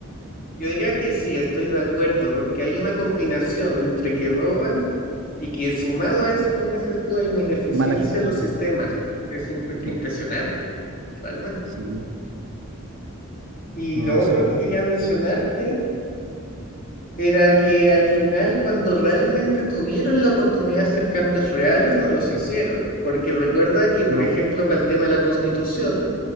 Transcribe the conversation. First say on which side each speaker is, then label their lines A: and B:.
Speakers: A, on the left; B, on the right.
A: Yo diría que sí, estoy de acuerdo, porque hay una combinación entre que roban y que sumado a eso, como dices tú, hay una ineficiencia
B: mala gestión.
A: en los sistemas. Es imp-
B: Sí,
A: impresionante, realmente.
B: sí,
A: Y
B: no
A: lo
B: no
A: otro
B: sé.
A: que quería mencionarte era que al final, cuando realmente tuvieron la oportunidad de hacer cambios reales, no los hicieron. Porque recuerda que, por
B: No,
A: ejemplo, para el tema de la Constitución,